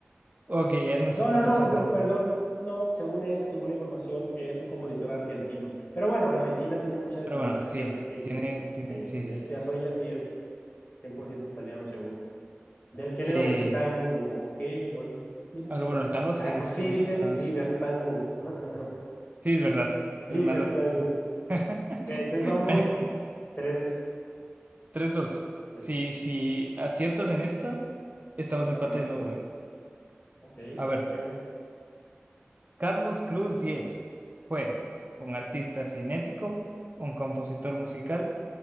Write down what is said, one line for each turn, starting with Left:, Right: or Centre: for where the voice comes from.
Right: Ok, ya eran un
Left: No,
Right: cincuenta.
Left: no, no,
Right: 50
Left: no, perdón, no, según, eh, según la información es un compositor argentino. Pero bueno, Argentina tiene mucha descendencia
Right: Pero bueno,
Left: italiana,
Right: sí,
Left: sí, sí,
Right: tienen, tienen,
Left: sí, el
Right: sí, sí, sí.
Left: Piazzolla sí es 100% italiano seguro. Del género
Right: Sí,
Left: del tango, ok, bueno, mira,
Right: aunque
Left: liber...
Right: bueno, el tango sí
Left: Ah,
Right: es,
Left: pues
Right: sí
Left: sí,
Right: es
Left: dice
Right: más.
Left: libertango, <laughs>
Right: Sí, es verdad.
Left: libertango.
Right: Es más argentino. <laughs>
Left: Ok, entonces vamos,
Right: Mira,
Left: tres,
Right: 3-2.
Left: tres,
Right: Si,
Left: dos,
Right: si aciertas en esta, estamos
Left: empatamos,
Right: empate de nuevo, eh.
Left: ok,
Right: A ver,
Left: venga.
Right: Carlos Cruz 10 fue un artista cinético, un compositor musical,